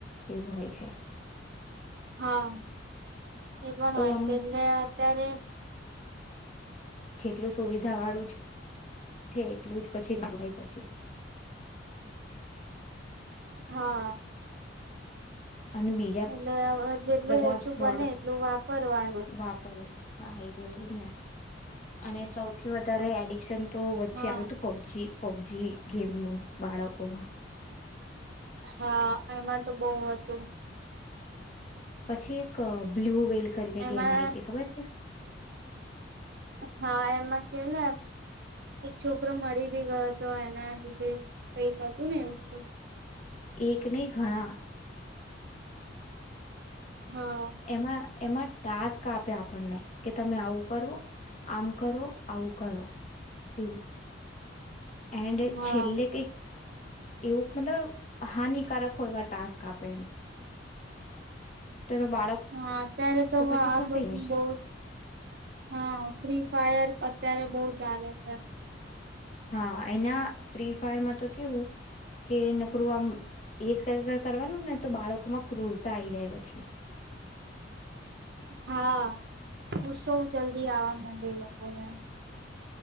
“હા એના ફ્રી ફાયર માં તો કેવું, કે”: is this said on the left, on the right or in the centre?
Left